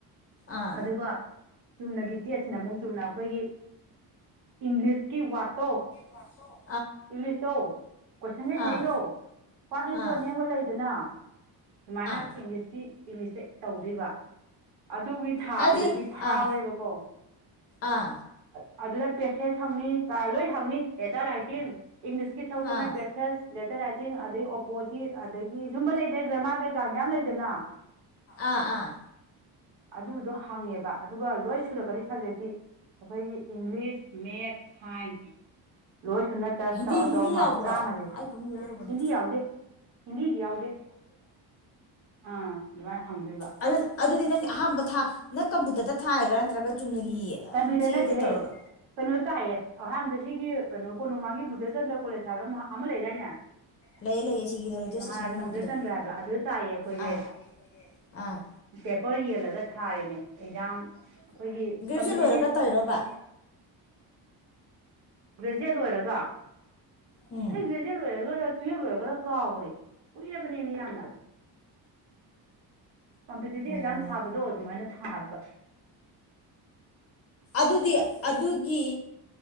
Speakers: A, on the left (about 35°); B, on the right (about 80°).
A: ꯑꯥ
B: ꯑꯗꯨꯒ ꯆꯨꯝꯅꯒꯤ ꯇꯦꯠꯁꯤꯅ ꯑꯃꯨꯛ ꯆꯨꯝꯅ ꯑꯩꯈꯣꯏꯒꯤ ꯏꯪꯂꯤꯁꯀꯤ ꯋꯥꯠꯇꯣ
A: ꯋꯥꯕꯠꯇꯣ
B: ꯏꯪꯂꯤꯁꯇꯣ ꯀꯣꯏꯁꯟ ꯂꯩꯅꯩꯗꯣ
A: ꯑꯥ
B: ꯋꯥꯠ ꯏꯁ
A: ꯑꯥ
B: ꯌꯣꯔ ꯅꯦꯝꯕ ꯂꯩꯗꯅ ꯁꯨꯃꯥꯏꯅ
A: ꯑꯥ
B: ꯏꯪꯂꯤꯁꯀꯤ ꯏꯪꯂꯤꯁꯇ ꯇꯧꯗꯣꯏꯕ ꯑꯗꯨꯒꯤ ꯊꯥꯕꯗꯗꯤ
A: ꯍꯥꯏꯗꯤ
B: ꯐꯥꯎꯔꯦꯕꯀꯣ
A: ꯑꯥ ꯑꯥ
B: ꯑꯗꯨꯗ ꯄꯦꯁꯦꯁ ꯍꯪꯅꯤ ꯀ ꯂꯣꯏ ꯊꯝꯅꯤꯦ ꯆ ꯔꯥꯏꯇꯤꯡ <unintelligible> ꯒꯤ ꯊꯕꯛꯗꯣ
A: ꯑꯥ
B: ꯅꯠꯇꯦ ꯂꯦꯇꯔ ꯔꯥꯏꯇꯤꯡ ꯑꯗꯒꯤ ꯑꯣꯄꯣꯖꯤꯠ ꯑꯗꯒꯤ ꯁꯨꯝ ꯂꯩꯗꯅ ꯒ꯭ꯔꯃꯥ ꯀꯩꯀꯥ ꯃꯌꯥꯝ ꯂꯩꯗꯅ
A: ꯑꯥ ꯑꯥ
B: ꯑꯗꯨꯗꯣ ꯍꯪꯉꯦꯕ ꯑꯗꯨꯒ ꯂꯣꯏ ꯁꯨꯔꯛꯀꯅꯤ ꯁꯕꯖꯦꯛꯇꯤ ꯑꯩꯈꯣꯏꯒꯤ ꯏꯪꯂꯤꯁ ꯃꯦꯠꯁ ꯁꯥꯏꯟꯁ ꯂꯣꯏ ꯁꯨꯅ ꯇꯧꯔ
A: ꯍꯤꯟꯗꯤ
B: ꯇꯧꯔ
A: ꯍꯤꯟꯗꯤ ꯌꯥꯎꯕ꯭ꯔꯣ
B: ꯃꯥꯔꯛ ꯆꯥꯝꯃꯁꯦ
A: ꯑꯩ ꯐꯃꯨꯡꯗ ꯂꯩꯍꯧꯕꯅꯦ
B: ꯍꯤꯟꯗꯤ ꯌꯥꯎꯗꯦ ꯍꯤꯟꯗꯤꯗꯤ ꯌꯥꯎꯗꯦ ꯑꯥ ꯑꯗꯨꯃꯥꯏꯅ ꯍꯪꯗꯣꯏꯕ
A: ꯑ ꯑꯗꯨꯗꯤ ꯅ ꯑꯍꯥꯟꯕ ꯊꯥ ꯅꯪ ꯀꯕꯨꯇꯇ ꯊꯥꯏꯒ꯭ꯔꯥ ꯅꯠꯇ꯭ꯔꯒ ꯆꯨꯝꯅꯒꯤ
B: ꯀꯝꯄ꯭ꯌꯨꯇꯔ
A: ꯆꯦꯗ
B: ꯅꯠꯇꯦꯍꯦ
A: ꯇꯧꯔꯒ
B: ꯀꯩꯅꯣ ꯇꯥꯛꯑꯦ ꯑꯍꯥꯟꯕꯗ ꯁꯤꯒꯤ ꯀꯩꯅꯣ ꯀꯣꯅꯨꯡꯃꯥꯡꯒꯤ ꯕꯨꯙꯆꯟꯗ꯭ꯔ ꯀꯣꯂꯦꯖ ꯍꯥꯏꯕ꯭ꯔꯥ ꯑꯃ ꯂꯩꯗꯥꯏꯅꯦ
A: ꯂꯩꯌꯦ ꯂꯩꯌꯦ ꯁꯤꯒꯤꯗꯣ ꯔꯦꯗꯤꯑꯣ
B: ꯃꯍꯥꯔꯥꯖꯥ
A: ꯏꯁꯇꯦꯁꯟꯒꯤ ꯃꯅꯥꯛꯀꯤꯗꯣ
B: ꯕꯨꯙꯆꯟꯗ꯭ꯔ ꯍꯥꯏꯕ꯭ꯔꯥ ꯑꯗꯨ ꯇꯥꯛꯌꯦ ꯑꯩꯈꯣꯏꯁꯦ
A: ꯑꯥ ꯑꯥ
B: ꯄꯦꯄꯔ ꯌꯦꯜꯂꯒ ꯊꯥꯔꯤꯅꯦ ꯑꯦꯛꯖꯥꯝ ꯑꯩꯈꯣꯏꯒꯤ ꯀꯝꯄꯤꯇꯤꯇꯤꯞ
A: ꯖꯌꯦꯠ ꯂꯣꯏꯔꯒ ꯇꯧꯔꯤꯔꯣꯕ
B: ꯒ꯭ꯔꯦꯖꯨꯑꯦꯠ ꯑꯣꯏꯔꯒ
A: ꯎꯝ
B: ꯑꯩ ꯒ꯭ꯔꯦꯖꯨꯑꯦꯠ ꯂꯣꯏꯔꯒ ꯇꯨꯌꯦꯜꯐ ꯂꯣꯏꯔꯒꯔꯥ ꯀꯥꯎꯒꯔꯦ ꯀꯨꯏꯔꯕꯅꯤꯃꯤ ꯌꯥꯝꯅ ꯀꯝꯄꯤꯇꯤꯇꯤꯚ
A: ꯑꯣ
B: ꯑꯦꯛꯖꯥꯝ ꯊꯥꯕꯗꯣ ꯑꯗꯨꯃꯥꯏꯅ ꯊꯥꯕ
A: ꯑꯗꯨꯗꯤ ꯑꯗꯨꯒꯤ